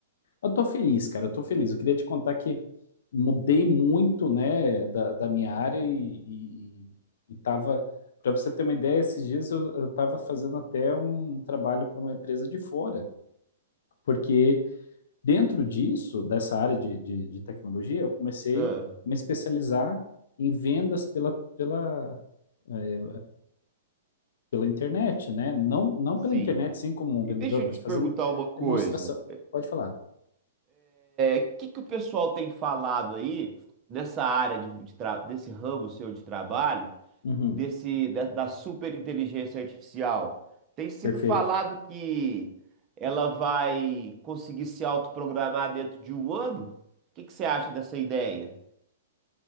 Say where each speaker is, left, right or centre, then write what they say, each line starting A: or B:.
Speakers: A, on the left; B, on the right.
A: eu tô feliz, cara, eu tô feliz. Eu queria te contar que mudei muito, né, da, da minha área e, e, e tava, para você ter uma ideia, esses dias eu, eu tava fazendo até um trabalho para uma empresa de fora, porque dentro disso, dessa área de, de, de tecnologia, eu comecei
B: Ah,
A: a me especializar em vendas pela, pela, eh, pela internet, né? Não, não pela
B: sim.
A: internet, sim, como um
B: E
A: vendedor,
B: deixa
A: mas
B: eu te
A: fazendo
B: perguntar uma coisa.
A: demonstração. Pode falar.
B: O que que o pessoal tem falado aí nessa área de, de tra- desse ramo seu de trabalho,
A: Uhum,
B: desse da, da superinteligência artificial? Tem sido
A: perfeito.
B: falado que ela vai conseguir se autoprogramar dentro de um ano? O que que você acha dessa ideia?